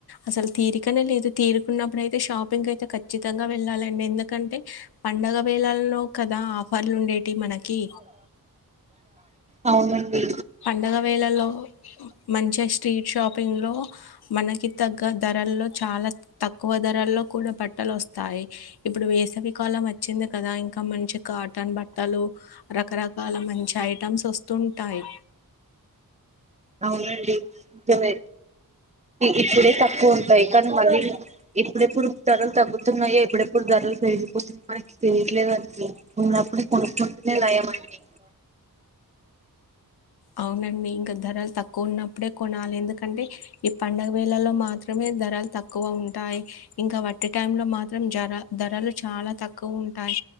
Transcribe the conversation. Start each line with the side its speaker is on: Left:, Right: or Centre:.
Left: అసలు తీరికనే లేదు. తీరుకున్నప్పుడుయితే షాపింగ్ అయితే ఖచ్చితంగా వెళ్ళాలండి. ఎందుకంటే పండగ వేలల్లో కదా ఆఫర్లు ఉండేటియి మనకి
Right: అవునండి.
Left: పండగ వేళల్లో మంచిగా స్ట్రీట్ షాప్ పింగ్ లో మనకి తగ్గ ధరల్లో చాలా తక్కువ ధరల్లో కూడా బట్టలు వస్తాయి. ఇప్పుడు వేసవికాలం వచ్చింది కదా ఇంకా మంచి కాటన్ బట్టలు రకరకాల మంచి ఐటమ్స్ వస్తుంటాయి.
Right: అవుండి నిజమే ఇప్పుడే తక్కువ ఉంటయి కానీ మళ్ళీ ఇప్పుడెప్పుడు ధరలు తగ్గుతున్నాయో ఎప్పుడెప్పుడు ధరలు పెరిగిపోతున్నయి మనకి తెలియట్లేదండి, ఉన్నప్పుడు కొనుక్కుంటనే నయం అండి.
Left: అవునండి ఇంక ధరలు తక్కువ ఉన్నప్పుడే కొనాలి ఎందుకు కంటే ఈ పండగ వేళలో మాత్రమే ధరలు తక్కువ ఉంటాయి. ఇంకా వట్టి టైంలో మాత్రం జర ధరలు చాలా తక్కువ ఉంటాయి.